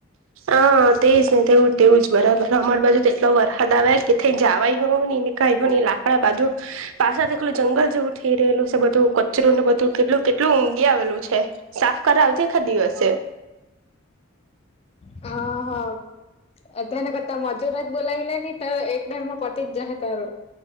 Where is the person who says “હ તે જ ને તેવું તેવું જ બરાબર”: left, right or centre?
Right